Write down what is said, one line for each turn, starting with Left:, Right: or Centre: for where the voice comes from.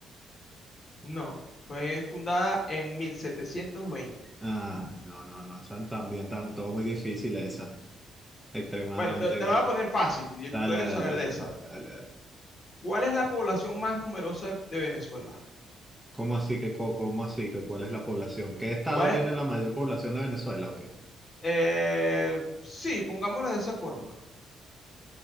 Left: No, fue fundada en 1720.
Centre: Ah, no, no, no, están también tan, todo muy difícil esa, extremadamente
Left: Bueno, te, te
Centre: difícil.
Left: la voy a poner fácil y
Centre: Dale,
Left: tú debes
Centre: dale,
Left: saber
Centre: dale,
Left: de esa.
Centre: dale, dale, dale.
Left: ¿Cuál es la población más numerosa de Venezuela?
Centre: ¿Cómo así que, co- cómo así que, cuál es la población? ¿Qué estado
Left: ¿Cuál
Centre: tiene
Left: es-
Centre: la mayor población de Venezuela? ¿O qué?
Left: Eh, sí, pongámoslo de esa forma.